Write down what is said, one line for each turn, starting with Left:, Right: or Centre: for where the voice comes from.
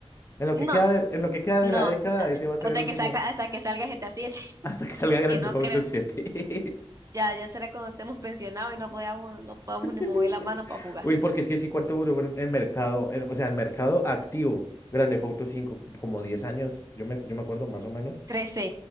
Left: En lo
Right: No,
Left: que queda de, en lo que queda
Right: No,
Left: de la década, ese va a ser
Right: hasta
Left: el último
Right: que saca,
Left: <laughs>
Right: hasta que salga GTA 7, <laughs>
Left: hasta que salga Grand
Right: que no
Left: Theft Auto
Right: creo.
Left: siete
Right: Ya, ya será cuando estemos pensionados y no podamos, no podamos
Left: <laughs>
Right: ni mover la mano para jugar.
Left: Uy, porque es que sí, ¿cuánto duró en, en mercado? en- o sea, en mercado activo, Grand Theft Auto cinco como 10 años, yo me, yo me acuerdo más o menos.
Right: 13,